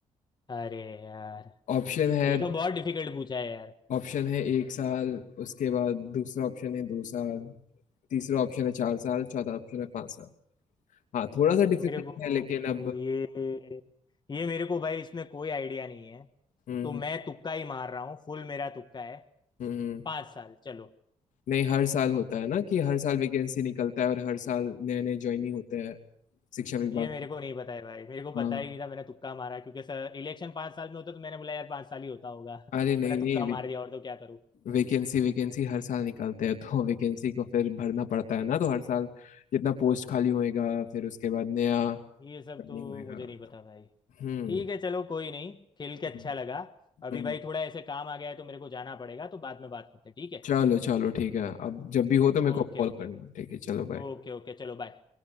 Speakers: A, on the left; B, on the left.
A: अरे यार
B: ऑप्शन है
A: ये तो बहुत डिफिकल्ट पूछा है यार
B: ऑप्शन है एक साल उसके बाद दूसरा ऑप्शन है दो साल तीसरा ऑप्शन है चार साल चौथा ऑप्शन है पांच साल हाँ थोड़ा सा डिफिकल्ट
A: मेरे को
B: है लेकिन अब
A: ये ये मेरे को भाई इसमें कोई आइडिया नहीं है
B: हम्म
A: तो मैं
B: हम्म
A: तुक्का ही मार रहा हूँ फुल मेरा तुक्का है
B: हम्म। हम्म।
A: पांच साल चलो
B: नहीं हर साल होता है ना कि हर साल वैकेंसी निकलता है और हर साल नए नए ज्वाइनिंग होते हैं शिक्षा विभाग
A: ये मेरे
B: में।
A: को नहीं पता है भाई मेरे को पता
B: हाँ
A: ही नहीं था मैंने तुक्का मारा क्योंकि सर इलेक्शन पाँच साल में होता तो मैंने बोला यार पाँच साल ही होता होगा <laughs>
B: अरे नहीं
A: मैंने
B: नहीं
A: तुक्का मार दिया और तो क्या करूँ
B: वैकेंसी वैकेंसी हर साल निकलते हैं तो वैकेंसी को फिर भरना पड़ता है ना तो हर साल जितना पोस्ट खाली होएगा फिर उसके बाद नया
A: ये
B: ओपनिंग
A: सब तो
B: होएगा
A: मुझे नहीं पता
B: तो
A: भाई
B: हम्म
A: ठीक है चलो कोई नहीं खेल के अच्छा
B: हम्म,
A: लगा अभी
B: हम्म।
A: भाई थोड़ा ऐसे काम आ गया है तो मेरे को जाना पड़ेगा तो बाद में बात करते हैं ठीक है
B: चलो चलो ठीक है अब जब भी हो तो मेरे
A: Okay
B: को कॉल
A: okay
B: करना ठीक है चलो बाय
A: ओके ओके चलो बाय